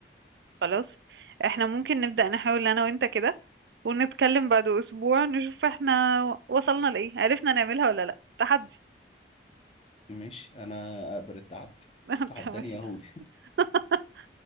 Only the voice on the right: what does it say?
خلاص احنا ممكن نبدأ نحاول انا وانت كده ونتكلم بعد اسبوع نشوف احنا وصلنا لايه عرفنا نعملها ولا لا تحدي
<laughs>
تمام